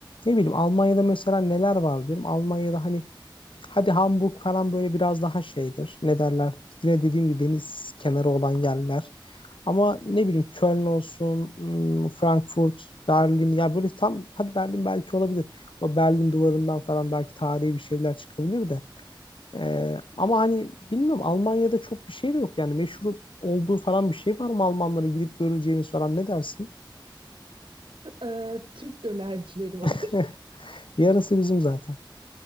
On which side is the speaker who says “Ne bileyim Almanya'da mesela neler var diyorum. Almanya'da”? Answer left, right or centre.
Left